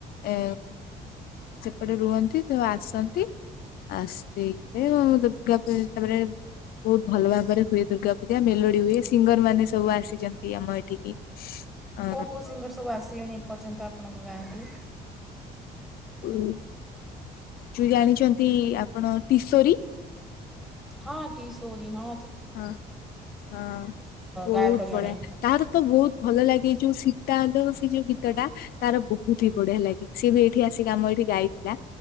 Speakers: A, on the left (about 60°); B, in the centre.
A: ଏ ସେପଟେ ରୁହନ୍ତି ତ ଆସନ୍ତି ଆସିଲେ ଦୁର୍ଗା ପୂ ତାପରେ ବହୁତ ଭଲ ଭାବରେ ହୁଏ ଦୁର୍ଗା ପୂଜା ମେଲୋଡି ହୁଏ ସିଙ୍ଗର ମାନେ ସବୁ ଆସିଛନ୍ତି ଆମ ଏଠିକି। ଅ
B: କୋଉ କୋଉ ସିଙ୍ଗର ସବୁ ଆସିଲେଣି ଏପର୍ଯ୍ୟନ୍ତ ଆପଣଙ୍କ ଗାଁକୁ।
A: ହୁଁ। ଯୋଉ ଜାଣିଛନ୍ତି ଆପଣ ତିଶୋରୀ
B: ହଁ ତିଶୋରି ହ
A: ହଁ ହଁ ବହୁତ
B: ଗାୟକ ଜଣେ
A: ବଢିଆ ତାର ତ ବହୁତ ଭଲ ଲାଗେ ଯୋଉ ଶୀତା ଲୋ ସେ ଯୋଉ ଗୀତ ଟା ତାର ବହୁତ ହିଁ ବଢିଆ ଲାଗେ ସିଏ ବି ଏଇଠି ଆସେ ଗାମ ଏଇଠି ଗାଇଥିଲା